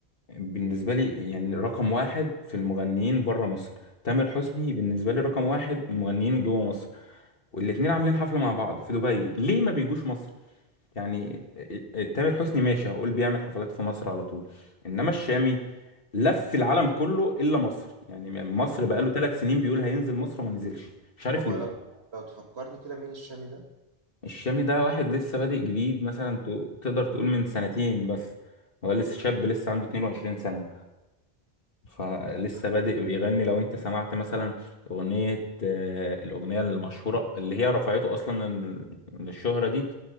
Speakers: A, on the left; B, on the right.
A: بالنسبة لي يعني رقم واحد في المغنيين برا مصر تامر حسني بالنسبة لي رقم واحد مغنيين جوا مصر والاتنين عاملين حفلة مع بعض في دبي ليه ما بيجوش مصر يعني آه، آه، تامر حسني ماشي هقول بيعمل حفلات في مصر على طول انما الشامي لف العالم كله الا مصر يعني مصر
B: طب
A: بقاله ثلاث سنين بيقول هينزل مصر وما نزلش مش عارف
B: طب
A: ليه
B: لو لو تفكرني كده مين الشامي ده؟
A: الشامي ده واحد لسه بادئ جديد مثلا ت- تقدر تقول من سنتين بس هو لسه شاب لسه عنده 22 سنة فلسه
B: تمام
A: بادئ يغني لو انت سمعت مثلا اغنية آه، الاغنية المشهورة اللي هي رفعته اصلا لل- للشهرة دي